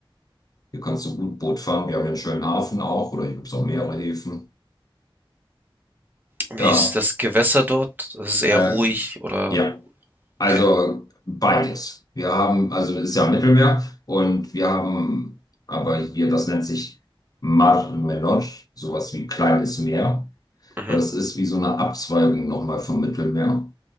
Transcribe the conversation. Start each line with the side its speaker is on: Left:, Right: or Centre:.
Left: Hier kannst du gut Boot fahren, wir haben ja einen schönen Hafen auch oder hier gibt es auch mehrere Häfen.
Right: Wie
Left: Ja,
Right: ist das Gewässer dort? Ist es eher
Left: äh,
Right: ruhig oder?
Left: ja. Also
Right: Okay.
Left: beides. Wir haben, also es ist ja am Mittelmeer und wir haben aber hier, das nennt sich Mar Menor, sowas wie kleines Meer,
Right: Mhm.
Left: weil das ist wie so eine Abzweigung nochmal vom Mittelmeer.